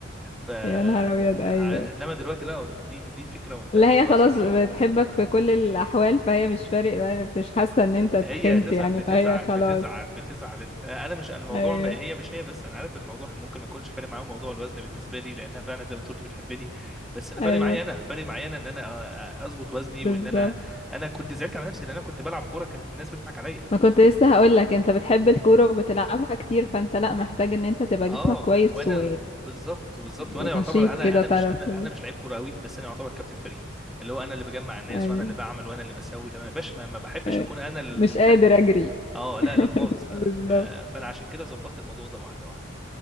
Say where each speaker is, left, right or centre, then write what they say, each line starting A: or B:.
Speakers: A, in the centre; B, on the left.
A: ف
B: يا نهار ابيض ايوه
A: ع- انما دلوقتي لا دي دي فكره وانتهت
B: لا هي
A: خلاص
B: خلاص
A: ومش
B: بتحبك
A: عامل
B: في كل الاحوال فهي مش فارق بقى مش حاسه ان انت اتخنت
A: هي اساسا
B: يعني
A: بتزعل
B: فهي خلاص
A: بتزعل بتزعل انا مش الموضوع
B: ايوه
A: ما- هي مش هي بس انا عارف الموضوع ممكن ما يكونش فارق معاهم موضوع الوزن بالنسبه لي لانها فعلا زي ما انت قلت بتحبني بس انا فارق
B: ايوه
A: معايا انا فارق معايا انا ان انا أ- أ- اظبط وزني
B: بالظبط
A: وان انا انا كنت زعلت على نفسي لان انا كنت بلعب كوره كانت الناس بتضحك عليا
B: ما كنت لسه هقول لك انت بتحب الكوره وبتلعبها كتير فانت لا محتاج ان انت تبقى
A: اه
B: جسمك كويس
A: وانا
B: و...
A: بالظبط بالظبط وانا
B: ونشيط
A: يعتبر انا
B: كده
A: انا
B: تعرف
A: مش انا
B: تجري
A: انا مش لعيب كوره قوي بس انا يعتبر كابتن فريق اللي هو انا اللي بجمع الناس
B: ايوه
A: وانا اللي بعمل وانا اللي بسوي فما باش ما ما بحبش
B: أيوة.
A: اكون انا الضحكه
B: مش قادر اجري
A: اه لا لا خالص
B: <laughs>
A: لا
B: بالظبط
A: ف... فانا عشان كده ظبطت الموضوع ده واحده واحده